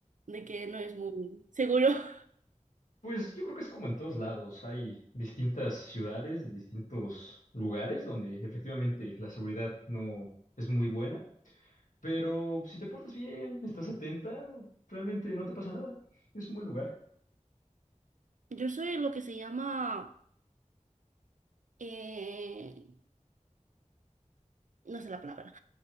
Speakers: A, on the right (about 75°); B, on the left (about 75°).
A: De que no es muy seguro. <laughs>
B: Pues yo creo que es como en todos lados. Hay distintas ciudades, distintos lugares donde efectivamente la seguridad no es muy buena, pero si te portas bien, estás atenta, realmente no te pasa nada. Es un buen lugar.
A: Yo soy lo que se llama... eh, No sé la palabra.